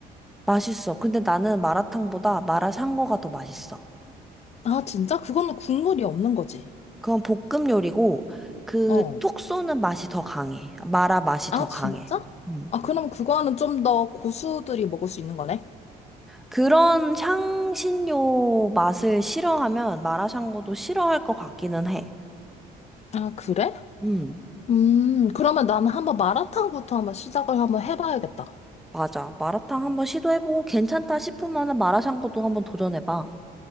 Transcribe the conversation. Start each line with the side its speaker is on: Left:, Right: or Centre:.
Centre: 맛있어. 근데 나는 마라탕보다 마라샹궈가 더 맛있어.
Left: 아, 진짜? 그거는 국물이 없는 거지.
Centre: 그건 볶음 요리고 그
Left: 어.
Centre: 톡 쏘는 맛이 더 강해. 마라 맛이
Left: 아,
Centre: 더 강해.
Left: 진짜?
Centre: 음.
Left: 아, 그럼 그거는 좀 더 고수들이 먹을 수 있는 거네?
Centre: 그런 향신료 맛을 싫어하면 마라샹궈도 싫어할 것 같기는 해.
Left: 아, 그래?
Centre: 음,
Left: 음, 그러면 나는 한번 마라탕부터 한번 시작을 한번 해봐야겠다.
Centre: 맞아. 마라탕 한번 시도해보고 괜찮다 싶으면은 마라샹궈도 한번 도전해봐.